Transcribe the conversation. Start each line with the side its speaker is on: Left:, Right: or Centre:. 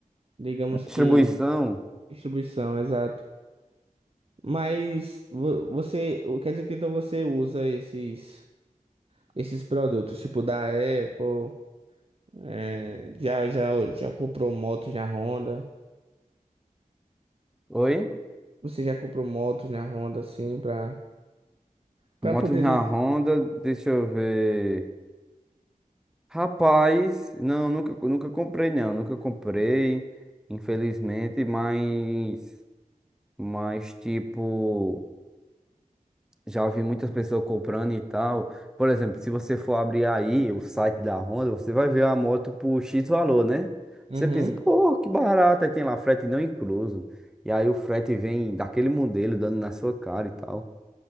Right: digamos
Centre: Distribuição.
Right: que, distribuição, exato. Mas vo- você, o- quer dizer que então você usa esses, esses produtos, tipo da Apple, é, já, já, já comprou motos na Honda,
Centre: Oi?
Right: você já comprou motos na Honda, assim, pra, pra
Centre: Motos
Right: poder
Centre: na
Right: dizer...
Centre: Honda, deixa eu ver. Rapaz, não, nunca, nunca comprei não, nunca comprei, infelizmente, mas mas tipo Já ouvi muitas pessoas comprando e tal. Por exemplo, se você for abrir aí o site da Honda, você vai ver a moto por X valor, né?
Right: Uhum.
Centre: Você pensa, pô, que barato, aí tem lá frete não incluso. E aí o frete vem daquele modelo dando na sua cara e tal.